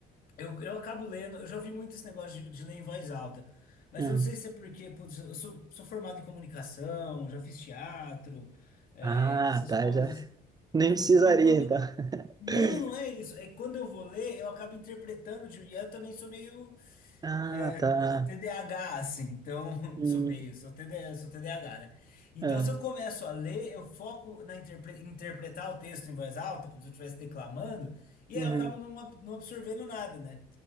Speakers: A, on the left; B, on the right.
A: Eu, eu acabo lendo, eu já ouvi muito esse negócio de, de ler em voz alta, mas
B: Hum.
A: eu não sei se é porque, putz, eu sou, sou formado em comunicação, já fiz teatro, é,
B: Ah,
A: essas
B: tá.
A: coisas.
B: Já <laughs> nem
A: Então,
B: precisaria,
A: quando.
B: então. <laughs>
A: Não, não é isso. É que quando eu vou ler, eu acabo interpretando, de- e eu também sou meio.
B: Ah,
A: É,
B: tá.
A: TDAH, assim, então
B: Hum.
A: <laughs> sou meio, sou TD, sou TDAH, né? Então,
B: Ah.
A: se eu começo a ler, eu foco na interpre- interpretar o texto em voz alta, como se eu estivesse declamando, e
B: Uhum.
A: aí eu acabo não, ab- não absorvendo nada, né?